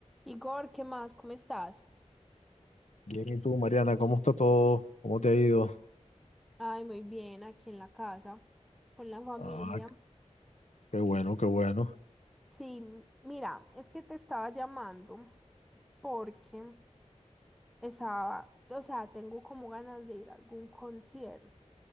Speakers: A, in the centre; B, on the left.
A: Igor, ¿qué más? ¿Cómo estás?
B: Bien, ¿y tú, Mariana? ¿Cómo está todo? ¿Cómo te ha ido?
A: Ay, muy bien, aquí en la casa, con la familia.
B: Ah, qué bueno, qué bueno.
A: Sí, m- mira, es que te estaba llamando porque estaba, o sea, tengo como ganas de ir a algún concierto,